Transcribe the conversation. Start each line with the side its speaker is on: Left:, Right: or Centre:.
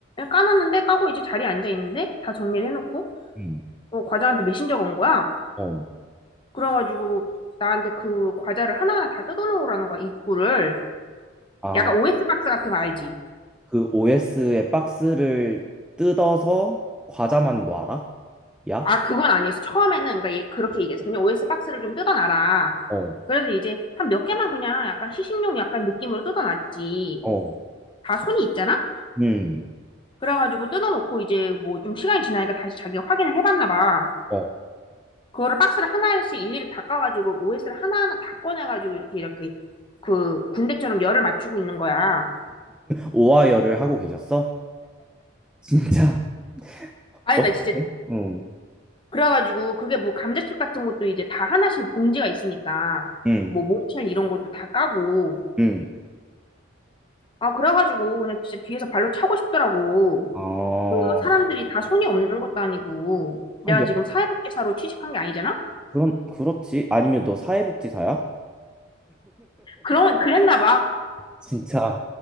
Left: 까놨는데, 까고 이제 자리에 앉아 있는데, 다 정리를 해놓고,
Centre: 음.
Left: 어, 과장한테 메신저가 온 거야.
Centre: 어.
Left: 그래가지고 나한테 그 과자를 하나하나 다 뜯어놓으라는 거야, 입구를.
Centre: 아,
Left: 약간 OS 박스 같은 거 알지?
Centre: 그 OS의 박스를 뜯어서 과자만 놔라? 야?
Left: 아, 그건 아니었어. 처음에는, 그러니까 얘 그렇게 얘기했어. 그냥 OS 박스를 좀 뜯어놔라.
Centre: 어.
Left: 그래서 이제 한 몇 개만 그냥 약간 시식용 약간 느낌으로 뜯어놨지.
Centre: 어,
Left: 다 손이 있잖아?
Centre: 음,
Left: 그래가지고 뜯어놓고 이제 뭐 좀 시간이 지나니까 다시 자기가 확인을 해봤나 봐.
Centre: 어.
Left: 그거를 박스를 하나씩 일일이 닦아가지고 OS를 하나하나 다 꺼내가지고 이렇게 이렇게 그 군대처럼 열을 맞추고 있는 거야.
Centre: 오하이어를 하고 계셨어? 진짜?
Left: 아니,
Centre: 어,
Left: 나 진짜
Centre: 응,
Left: 그래가지고 그게 뭐 감자칩 같은 것도 이제 다 하나씩 봉지가 있으니까
Centre: 응,
Left: 뭐 모첼 이런 것도 다 까고
Centre: 응.
Left: 아 그래가지고 그냥 진짜 뒤에서 발로 차고 싶더라고
Centre: 아,
Left: 그 사람들이 다 손이 없는 것도 아니고 내가
Centre: 아니, 야,
Left: 지금 사회복지사로 취직한 게 아니잖아
Centre: 그런, 그렇지. 아니면 너 사회복지사야?
Left: 그런 그랬나 봐아
Centre: 진짜.